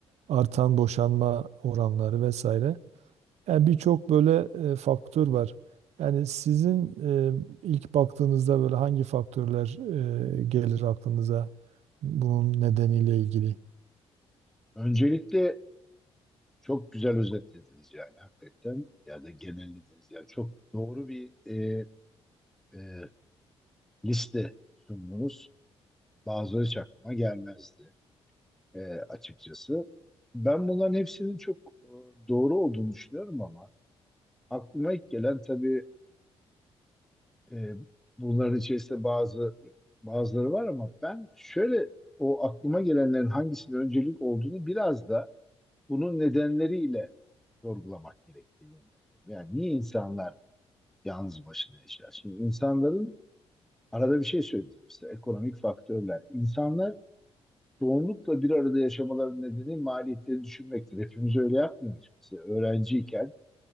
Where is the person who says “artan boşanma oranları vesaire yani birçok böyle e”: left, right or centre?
Right